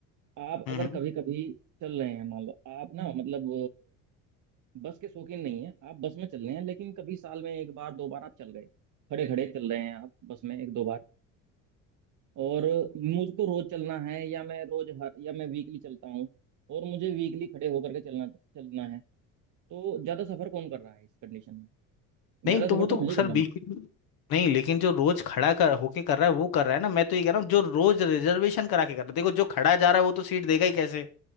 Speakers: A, on the right (about 50°); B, on the left (about 60°).
A: आप
B: हम्म
A: अगर
B: हम्म।
A: कभी कभी चल रहे हैं मान लो आप ना मतलब अ, बस के शौकीन नहीं है आप बस में चल रहे हैं लेकिन कभी साल में एक बार दो बार आप चल गए खड़े खड़े चल रहे हैं आप बस में एक दो बार और मुझको रोज चलना है या मैं रोज हर या मैं वीकली चलता हूँ और मुझे वीकली खड़े होकर के चलना चलना है तो ज्यादा सफर कौन कर रहा है इस कंडीशन में
B: नहीं
A: ज्यादा
B: तो
A: सफर
B: वो
A: तो
B: तो
A: मैं ही कर
B: सर
A: रहा
B: बिल्कुल
A: हूँ ना
B: नहीं लेकिन जो रोज खड़ा कर होके कर रहा है वो कर रहा है ना मैं तो ये कह रहा हूँ जो रोज रिजर्वेशन करा के कर रहा है देखो जो खड़ा जा रहा है वो तो सीट देगा ही कैसे